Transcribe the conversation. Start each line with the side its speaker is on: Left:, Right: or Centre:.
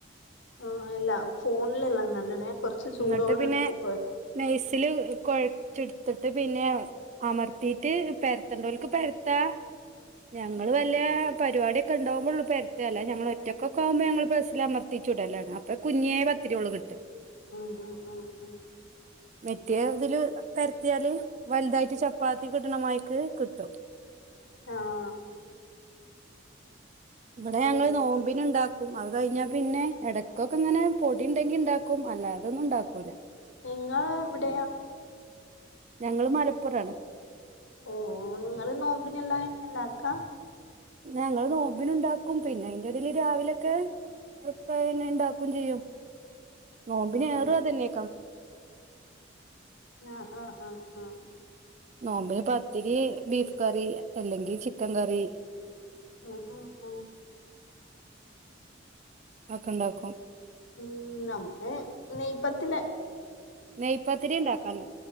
Left: ആ എല്ലാ ഫോണിലെല്ലാം കണ്ടണേ കൊറച്ച് ചൂടോടെ
Right: എന്നിട്ട് പിന്നെ
Left: എടുത്ത് കൊഴ
Right: നൈസ്സില് കൊഴ ചുടുത്തിട്ട് പിന്നെ അമർത്തിയിട്ട് പെരത്തണ്ടോൽക്ക് പരത്താ ഞങ്ങള് വല്ല പരിപാടിയൊക്കെ ഉണ്ടാവുമ്പോ ഉള്ള പരുത്താ അല്ലാതെ ഞങ്ങള് ഒറ്റക്കൊക്കെ ആവുമ്പോ ഞങ്ങള് പ്രസ്സിൽ അമർത്തി ചുടലാണ് അപ്പൊ കുഞ്ഞിയെ പത്തിരിയോള് കിട്ടും
Left: ആഹ് ആഹ് ആഹ് ആഹ്
Right: മെറ്റേ അതില് പരത്തിയാല് വലുതായിട്ട് ചപ്പാത്തി കിട്ടണമായിക്ക് കിട്ടും
Left: ആഹ്
Right: ഇവിടെ ഞങ്ങള്
Left: ഉം
Right: നോമ്പിന് ഉണ്ടാക്കും അത് കഴിഞ്ഞാ പിന്നെ ഇടക്കൊക്കെ ഇങ്ങനെ പൊടി ഉണ്ടെങ്കി ഉണ്ടാക്കും അല്ല അതൊന്നും ഉണ്ടാക്കൂല
Left: നിങ്ങള് എവിടെയാ
Right: ഞങ്ങള് മലപ്പുറാണ്
Left: ഓ നിങ്ങള് നോമ്പിനെല്ലാം <inaudible>
Right: ഞങ്ങള് നോമ്പിന് ഉണ്ടാക്കും പിന്നെ അയിന്റെ ഇടേൽ രാവിലൊക്കെ ഒക്കെ ന് ഇണ്ടാക്കയും ചെയ്യും നോമ്പിന്
Left: ഉം
Right: ഏറെ അതല്ലേ
Left: ആഹ് ആഹ് ആഹ് ആഹ്
Right: നോമ്പിന് പത്തിരി ബീഫ് കറി അല്ലെങ്കി ചിക്കൻ കറി
Left: ഉം ഉം ഉം
Right: ഒക്കെണ്ടാക്കും
Left: ഉമ് നമ്മള് നെയ്യ് പത്തൽ
Right: നെയ്പാത്തിരി ഉണ്ടാക്കാന്